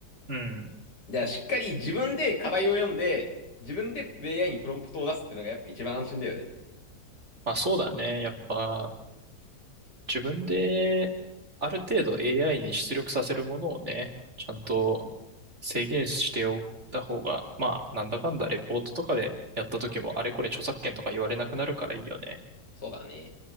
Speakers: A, on the right; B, on the left.
A: うん。
B: じゃあ、しっかり自分で課題を読んで、自分で AI にプロンプトを出すっていうのがやっぱ一番安心だよね。
A: まあそうだね。やっぱ、自分である程度 AI に出力させるものをね、ちゃんと制限しておった方が、まあなんだかんだレポートとかでやった時もあれこれ著作権とか言われなくなるからいいよね。
B: そうだね。